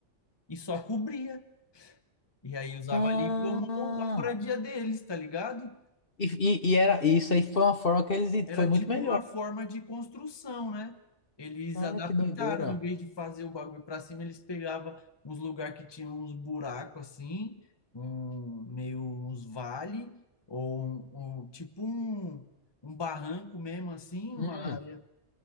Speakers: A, on the left (about 20°); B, on the left (about 50°).
A: e só cobria. E aí usava
B: Ah,
A: ali como a moradia deles, tá ligado?
B: e, e, e era e isso aí foi uma forma que eles
A: Era
B: foi muito
A: tipo
B: melhor.
A: uma forma de construção, né? Eles
B: Ah,
A: adaptaram,
B: que doideira.
A: em vez de fazer o bagulho para cima, eles pegavam uns lugares que tinham uns buracos assim, um, meio uns vale, ou um, um- tipo um, um barranco mesmo assim, uma
B: Hum.
A: área,